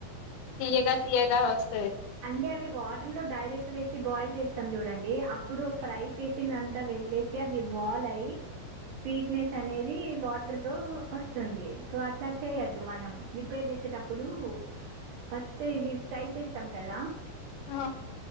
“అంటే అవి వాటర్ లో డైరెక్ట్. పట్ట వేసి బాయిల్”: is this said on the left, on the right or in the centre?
Right